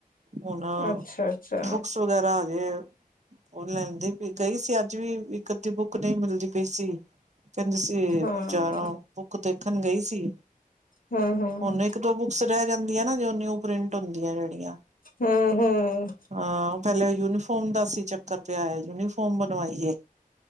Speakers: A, on the right (about 50°); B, on the left (about 70°).
A: ਹੁਣ
B: ਅੱਛਾ ਅੱਛਾ
A: ਬੁੱਕਸ ਵਗੈਰਾ ਹਜੇ ਉਹ ਲੈਂਦੀ ਭੀ ਗਈ ਸੀ ਅੱਜ ਵੀ, ਇੱਕ ਅੱਧੀ ਬੁੱਕ ਨਹੀਂ ਮਿਲਦੀ ਪਈ ਸੀ। ਕਹਿੰਦੀ ਸੀ
B: ਹਾਂ
A: ਜਾ ਰਾ ਹੂੰ ਬੁੱਕ ਤੇ ਰੱਖਣ ਗਈ ਸੀ।
B: ਹੁੰ-ਹੁੰ
A: ਹੁਣ
B: <inaudible>
A: ਇੱਕ ਦੋ ਬੁੱਕਸ ਰਹਿ ਜਾਂਦੀਆਂ ਨਾ, ਜੋ ਨਿਊ ਪ੍ਰਿੰਟ ਹੁੰਦੀਐਂ ਜਿਹੜੀਆਂ
B: ਹੂੰ ਹੂੰ।
A: ਹਾਂ ਪਹਿਲੇ ਯੂਨੀਫੋਮ ਦਾ ਸੀ ਚੱਕਰ ਪਿਆ ਹੋਇਆ, ਯੂਨੀਫੋਮ ਬਣਵਾਈ ਏ।